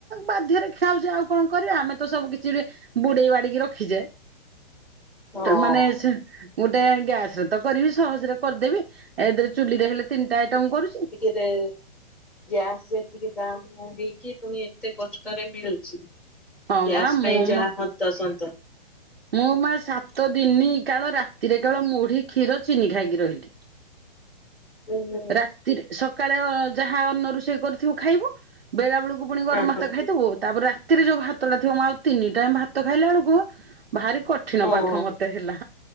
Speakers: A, on the right; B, in the centre.
A: ବାଧ୍ୟରେ ଖିଆହଉଛି ଆଉ କଣ କରିବା ଆମେ ତ ସବୁ କିଛି ବୁଡେଇ ବାଡିକି ରଖିଛେ।
B: ହଁ
A: ମାନେ ସେ ଗୁଟେ ଗ୍ୟାସରେ ତ କରିବି ସହଜରେ କରିଦେବି। ଏଇଥେରେ ଚୁଲିରେ ହେଲେ ତିନିଟା ଆଇଟମ କରୁଛି।
B: ସେ। ଗ୍ୟାସ ଏତିକି ଦାମ ନ ହେଇକି ପୁଣି ଏତେ କଷ୍ଟରେ ମିଳୁଛି।
A: ହଁ
B: ଗ୍ୟାସ
A: ମା ମୁଁ
B: ପାଇଁ ଯାହା
A: ମ
B: ହନ୍ତସନ୍ତ।
A: ମୁଁ ମା ସାତ ଦିନି କାଳ ରାତିରେ କେଳ ମୁଢି କ୍ଷୀର ଚିନି ଖାଇକି ରହିଲି।
B: ହୁଁ ହୁଁ।
A: ରାତିରେ ସକାଳେ ଯାହା ଅନ୍ନ ରୋଷେଇ କରିଥିବୁ ଖାଇବୁ। ବେଳେ ବେଳକୁ ପୁଣି ଗରମ
B: ହଁ
A: ଭାତ
B: ହଁ
A: ଖାଇଥବୁ ତାପରେ ରା ରେ ଯୋଉ ଭାତଟା ଥିବ ମା ଆଉ ତିନି ଟାଇମ ଭାତ ଖାଇଲା ବେଳକୁ ଭାରି କ କଠିନ
B: ହଁ
A: ପାଠ ମତେ ହେଲା